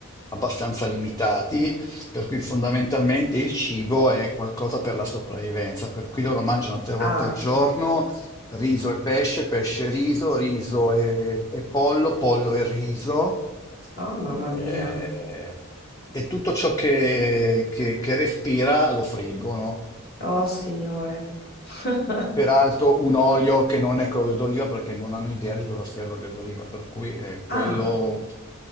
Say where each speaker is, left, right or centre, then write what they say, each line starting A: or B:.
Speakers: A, on the left; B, on the left.
A: abbastanza limitati, per cui fondamentalmente il cibo è qualcosa per la sopravvivenza, per cui loro mangiano tre volte
B: Ah,
A: al giorno riso e pesce, pesce e riso, riso e, e pollo, pollo e riso.
B: oh mamma
A: eh,
B: mia,
A: e tutto ciò che, che che respira lo friggono.
B: oh signore. <laughs>
A: Peraltro un olio che non è quello d'oliva perché non hanno idea di cosa sia l'olio d'oliva, per cui eh, quello
B: Ah,